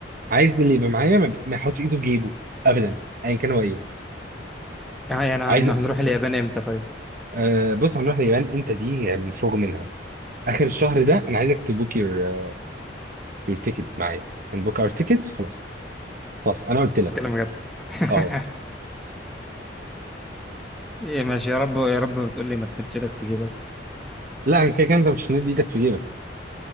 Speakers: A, on the right; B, in the centre.
A: عايز اللي يبقى معايا ما ما يحطش ايده في جيبه ابدا ايا كان هو ايه
B: يعني يعني هن-
A: عايز
B: هنروح اليابان امتى طيب
A: آه، بص هنروح اليابان انت دي يعني مفروغ منها اخر الشهر ده انا عايزك تبوك يور يور تيكتس معايا نبوك اور تيكتس خلاص خلاص انا قلت
B: نتكلم
A: لك
B: بجد <laughs>
A: اه
B: إيه ماشي يا رب يا رب بتقول لي ما تمدش ايدك في جيبك
A: لا انا كده كده انت مش هندي ايدك في جيبك